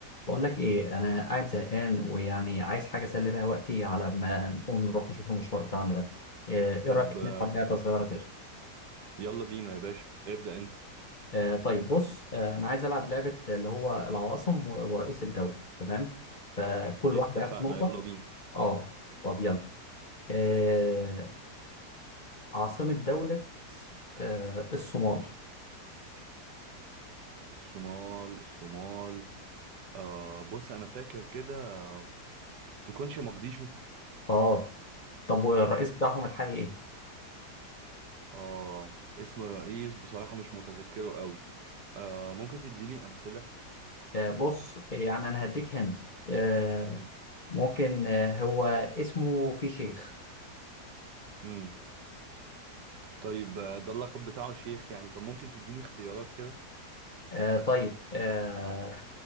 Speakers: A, on the left; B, on the right.
A: بقول لك ايه انا قاعد زهقان ويعني عايز حاجه اسلي بيها وقتي على ما نقوم نروح نشوف المشوار بتاعنا ده ايه إيه
B: طب
A: رايك
B: آه،
A: نلعب لعبه صغيره كده
B: يلا بينا يا باشا ابدأ انت
A: آه طيب بص آه انا عايز العب لعبه اللي هو العواصم و- ورئيس الدوله تمام فكل
B: اتفقنا
A: واحد هياخد نقطه
B: يلا بينا
A: اه طب يلا آه عاصمه دوله آه الصومال
B: الصومال الصومال آه بص انا فاكر كده آه، تكونش مقديشو
A: اه طب والرئيس
B: ايوه
A: بتاعهم الحالي ايه
B: اه اسم الرئيس بصراحة مش متذكره قوي آه ممكن تديني امثلة
A: آه بص يعني انا هديك هند آه
B: امم
A: ممكن آه هو اسمه في شيخ
B: امم طيب آه، ده اللقب بتاعه شيخ يعني طب ممكن تديني اختيارات كده
A: آه طيب آه